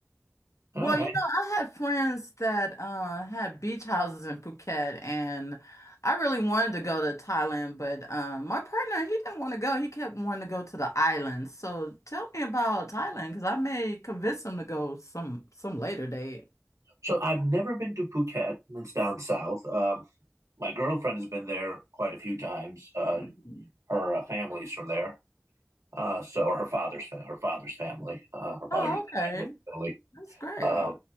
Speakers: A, on the left; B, on the right.
A: Well,
B: All right.
A: you know, I had friends that uh, had beach houses in Phuket, and I really wanted to go to Thailand, but um, my partner, he didn't want to go. He kept wanting to go to the islands. So tell me about Thailand, because I may convince him to go some some later date.
B: So I've never been to Phuket. It's down south. Um, my girlfriend has been there quite a few times. Uh,
A: Mhm.
B: her uh, family's from there. Uh, so her father's her father's family, uh, her mother's
A: Oh, okay.
B: family, really.
A: That's great.
B: Um,